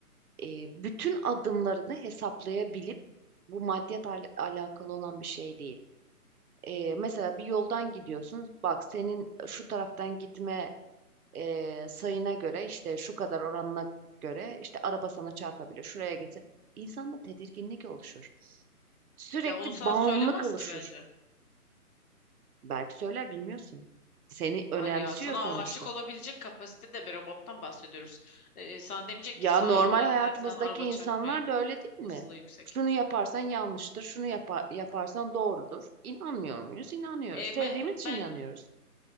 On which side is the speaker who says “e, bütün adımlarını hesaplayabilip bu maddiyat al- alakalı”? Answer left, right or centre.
Right